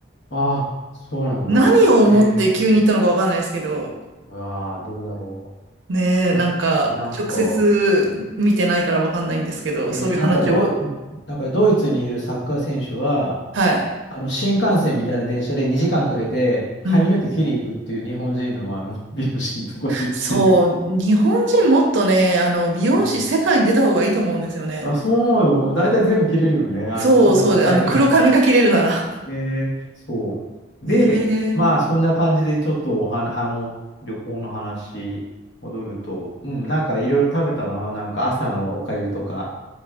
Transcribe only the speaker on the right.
何を思って急に行ったのかわかんないですけど、
ねえ、
なんか直接見てないからわかんないんですけど、
そういう話を。
はい。
うん。
そう、日本人もっとね、あの、美容師世界に出た方がいいと思うんですよね。
そうそうで、
あの、黒髪が切れるなら。
ええ